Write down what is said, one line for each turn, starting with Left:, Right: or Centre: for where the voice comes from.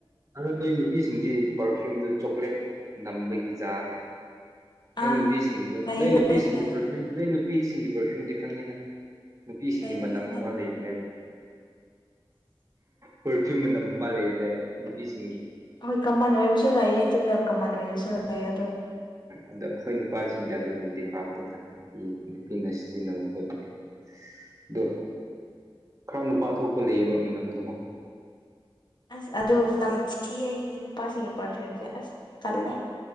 Right: ꯑꯗꯣ ꯅꯣꯏ ꯅꯨꯄꯤꯁꯤꯡꯁꯤ ꯄꯔꯐ꯭ꯌꯨꯝꯗꯨ ꯆꯣꯀ꯭ꯂꯦꯠ ꯅꯝꯕꯒꯤ ꯖꯥꯠ ꯅꯣꯏ
Left: ꯑꯥ
Right: ꯅꯨꯄꯤꯁꯤꯡ
Left: ꯂꯩ
Right: ꯅꯣꯏ ꯅꯨꯄꯤꯁꯤꯡꯒꯤ
Left: ꯂꯩ ꯂꯩ
Right: <unintelligible> ꯅꯣꯏ ꯅꯨꯄꯤꯁꯤꯡꯒꯤ ꯄꯔꯐ꯭ꯌꯨꯝꯗꯤ ꯈꯪꯉꯦꯗ ꯅꯨꯄꯤꯁꯤꯡꯒꯤ
Left: ꯂꯩꯕꯗꯤ
Right: ꯃꯅꯝ ꯑꯃ ꯂꯩꯕꯅꯦꯕ ꯄꯔꯐ꯭ꯌꯨꯝ ꯃꯅꯝ ꯑꯃ ꯂꯩꯕꯅꯦꯕ ꯅꯨꯄꯤꯁꯤꯡꯒꯤ
Left: ꯍꯣꯏ ꯀꯃꯟ ꯑꯣꯏꯕꯁꯨ ꯂꯩꯌꯦ ꯑꯗꯨꯒ ꯀꯃꯟ ꯑꯣꯏꯗꯕꯁꯨ ꯂꯩꯌꯦ ꯑꯗꯨ
Right: ꯑꯗꯣ ꯑꯩꯈꯣꯏ ꯅꯨꯄꯥꯁꯤꯡꯗꯤ ꯑꯗꯨꯒꯨꯝꯕꯗꯤ ꯀꯥꯞꯇꯦꯗ ꯅꯨꯄꯤ ꯅꯨꯄꯤꯅ ꯁꯤꯖꯤꯟꯅꯕ ꯄꯣꯠꯇꯗꯤ ꯑꯗꯣ ꯈꯔ ꯅꯨꯄꯥ ꯊꯣꯛꯄ ꯂꯩꯌꯦꯕ ꯃꯅꯝꯗꯒꯣ
Left: ꯑꯁ ꯑꯗꯨꯣ ꯅꯝꯊꯤ ꯑꯩꯒꯤꯗꯤ ꯅꯨꯄꯥꯁꯤꯡꯒꯤ ꯄꯔꯐ꯭ꯤꯌꯨꯝꯁꯦ ꯑꯁ ꯆꯜꯂꯦ